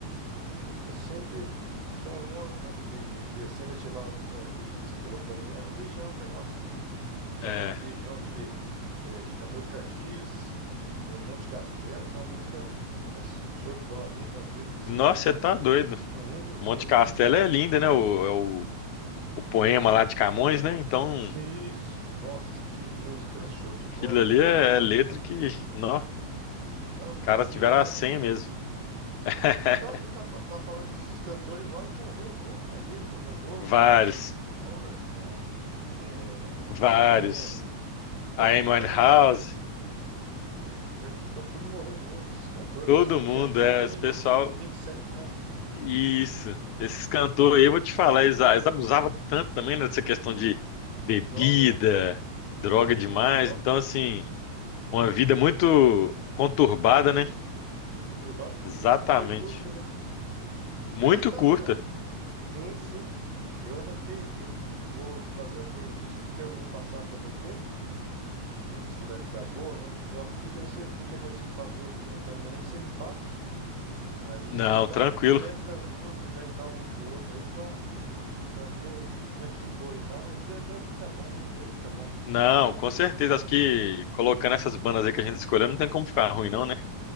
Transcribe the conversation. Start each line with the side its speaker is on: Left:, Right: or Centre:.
Right: Música sempre. Então, uma uma que, que, que sempre ativava a nostalgia, gente, você falou pra mim, era Legião, cara. Nossa, escutava
Left: É.
Right: Legião, aquele, eh, a música Giz, eh, Monte Castelo, são as músicas. Nossa, show de bola. A letra, as letras dessas
Left: Nossa,
Right: músicas
Left: você tá
Right: são,
Left: doido.
Right: são muito boas,
Left: Monte Castelo
Right: muito boas.
Left: é linda, né? O, é o, o poema lá de Camões, né? Então,
Right: Isso, nossa, que música show de bola.
Left: Aquilo ali é é letra que, não,
Right: Que lá é um todo
Left: caras tiveram
Right: hino,
Left: a
Right: né?
Left: senha mesmo. <laughs>
Right: Então a gente tá, fa- tá falando desses cantores e vários morreu novo, né? Ele morreu novo,
Left: Vários,
Right: Orson, é,
Left: vários.
Right: Eminem,
Left: A
Right: Kurt
Left: Amy
Right: Cobain.
Left: Winehouse,
Right: Kurt Cobain, tudo morreu novo, esses cantores.
Left: todo
Right: que
Left: mundo,
Right: Tem a síndrome
Left: é, esse
Right: dos
Left: pessoal,
Right: do 27 anos.
Left: isso. Esses cantores, eu vou te falar, eles, eles abusavam tanto também nessa questão de bebida,
Right: Droga, né?
Left: droga
Right: De
Left: demais.
Right: vida, droga
Left: Então, assim, uma vida muito conturbada,
Right: curta, né?
Left: né?
Right: Conturbada e
Left: Exatamente.
Right: que fico- foi curta, né?
Left: Muito
Right: Mas então,
Left: curta.
Right: amigão. Sim, sim. Eu anotei aqui. Vou fazer a playlist aqui, daí eu vou passar pra você. Não sei se, se vai ficar boa ou não de rock aqui. Daí você, qualquer coisa, você fazer alguma também, você me passa. Aí
Left: Não,
Right: a gente dá
Left: tranquilo.
Right: um feedback das músicas aí, tal, um pro outro aí, pra, pra ver como é que ficou e tal. Mas de- deve ficar bom, né? Deve ficar bom.
Left: Não, com certeza. Acho que colocando essas bandas aí que a gente escolheu, não tem como ficar ruim, não, né?